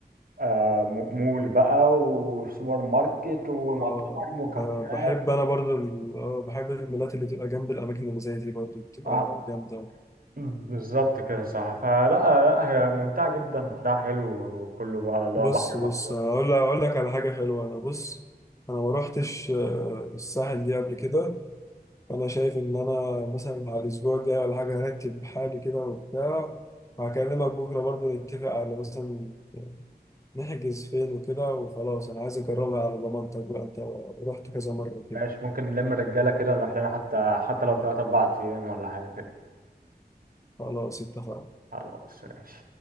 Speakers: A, on the right; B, on the left.
A: آه مو- مول بقى وسوبر ماركت ومطاعم
B: اه
A: وكافيهات
B: ب- بحب انا برضو ال- اه بحب المولات اللي تبقى جنب الاماكن اللي زي دي برضو بتبقى
A: آه
B: جامده أوي.
A: بالظبط كده صح فلا لا هي ممتعة جدا بحرها حلو وكله بقى اللي
B: بص
A: هو بحر
B: بص
A: مفتوح
B: اقول لك اقول لك على حاجه حلوه انا بص انا ما روحتش آه، الساحل دي قبل كده فانا شايف ان انا مثلا على الاسبوع الجاي ولا حاجه هرتب حالي كده وبتاع وهكلمك بكره برضو نتفق على مثلا نحجز فين وكده وخلاص انا عايز اجربها على ضمانتك بقى انت رحت كذا مره كده
A: ماشي ممكن نلم الرجالة كده ونروح لنا حتى حتى لو تلات أربع أيام ولا حاجة كده
B: خلاص اتفقنا
A: خلاص ماشي